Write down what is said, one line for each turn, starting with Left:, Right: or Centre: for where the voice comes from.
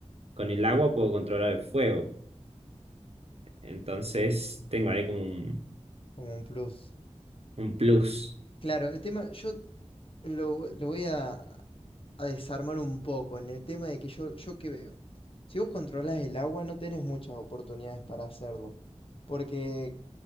Right: con el agua puedo controlar el fuego. Entonces tengo ahí como un,
Left: Como un plus.
Right: un plus.
Left: Claro, el tema, yo lo, lo voy a, a desarmar un poco en el tema de que yo, yo qué veo. Si vos controlás el agua, no tenés muchas oportunidades para hacerlo, porque